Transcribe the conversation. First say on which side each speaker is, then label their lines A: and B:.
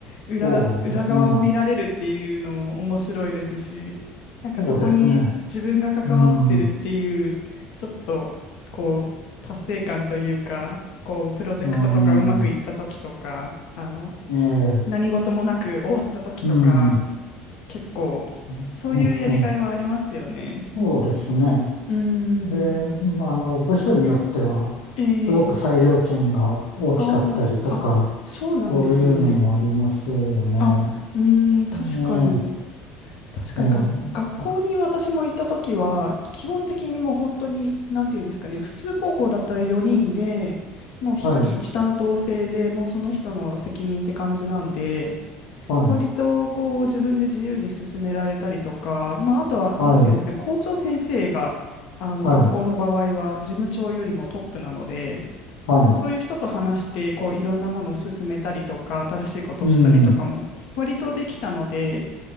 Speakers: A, on the left; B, on the left.
A: う裏、
B: そうですね。
A: 裏側を見られるっていうのも面白いですし、なんかそこに自分が関わってるっていうちょっとこう達成感というか、
B: そうですね。うん、う
A: こうプロジェクトとかうまくいった時とか、
B: ん、
A: あの
B: ええ
A: 何事もなく終わった時とか、
B: うん、
A: 結構、
B: そうですねはい
A: そういうやりがいはありますよね。
B: そうですね。
A: うーん。
B: で、うんあの、部署によっては、
A: えー、
B: すごく裁量権が大きかったりとか、
A: あーあ、そうなんですね。
B: そういうのもありますよね。
A: あ、うーん、確かに、
B: ね
A: 確かにが、
B: え、ええ、
A: 学校に私も行った時は、
B: あ
A: 基本的にもう本当に、なんていうんですかね、普通高校だったら4人で、もう一人一担当制で、
B: はい、
A: もうその人の責任って感じなんで、
B: はい、
A: 割とこう自分で自由に進められたりとか、まあ、あとはなんていうんですかね、
B: はい、
A: 校長先生があの学校の場合は事務長よりもトップなので、
B: はい、
A: うん
B: はい、
A: そういう人と話してこういろんなものを進めたりとか、新しいことをしたりとかも割とできたので、
B: うん、